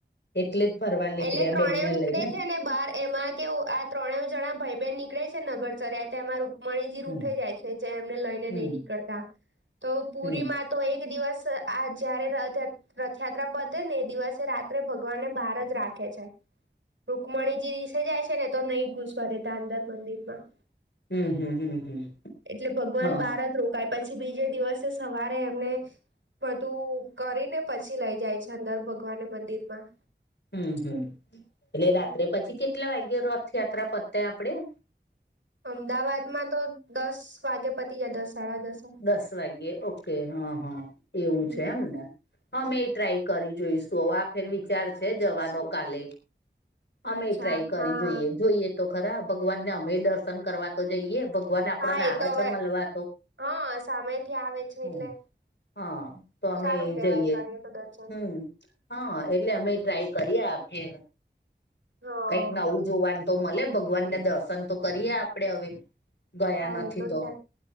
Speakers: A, on the left (about 65°); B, on the right (about 85°).
A: એટલે જ ફરવા નીકળ્યા
B: એટલે ત્રણેવ
A: બેનને
B: નીકળે
A: લઈને
B: છે ને બાર એમાં કે આ ત્રણે જણા ભાઈ બેહેન નીકળે છે નગર ચર્યા એમાં રૂ કમણિજી
A: હમ
B: રુઠે જાય છે જે એમને લઈને
A: હમ
B: નહી નીકળતા તો પુરીમાં
A: હમ
B: તો એક દિવસ આ જયારે રથયા રથયાત્રા પતે ને એ દિવસે રાત્રે ભગવાનને બહાર જ રાખે છે. રુકમણીજી રસે જાય છે ને તો નહી ઘુસવા દેતા અંદર મંદિર માં.
A: હમ હમ હમ હમ
B: એટલે ભગવાન
A: હા
B: બારાજ રોકાય પછી બીજે દિવસે સવારે એમને બધું કરીને પછી લઈ જાય છે અંદર ભગવાન મંદિર માં
A: હમ હમ એટલે રાત્રે પછી કેટલા વાગે રથયાત્રા પતે આપણેે?
B: અમદાવાદમાં તો દસ વાગે પતી જાય દસ સાડા દસ.
A: દસ વાગ્યે ઓકે હા હા એવું
B: હમ
A: છે એમને. હમે એ ટ્રાય કરી જોઈશું હવે આ ફેર વિચાર છે જવાનો કાલે અમે
B: અચ્છા
A: ટ્રાય કરી
B: હા
A: જોઈએ જોઈએ તો ખરા ભગવાનને અમે દર્શન કરવા તો જઈએ ભગવાન આપણાને
B: હા એ
A: આવે
B: તો
A: છે
B: હવે
A: મળવા
B: હા સામેથી આવે છે
A: હમ
B: એટલે
A: હા તો અમે
B: સારું
A: એ
B: કેવાય
A: જઈએ
B: કરીએ તો દર્શન
A: હમ હા એટલે અમે ટ્રાય કરીએ આપે
B: હા
A: કંઈક નવું જોવાનું તો મળે ભગવાનને દર્શન તો કરીએ આપડે હવે ગયા
B: હા
A: નથી
B: એ
A: તો
B: છે